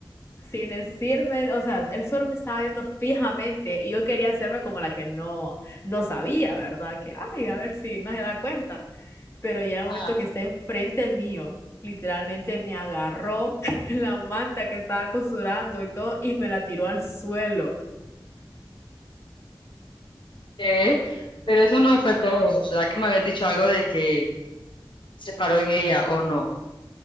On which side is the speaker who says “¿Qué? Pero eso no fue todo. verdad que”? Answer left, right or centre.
Left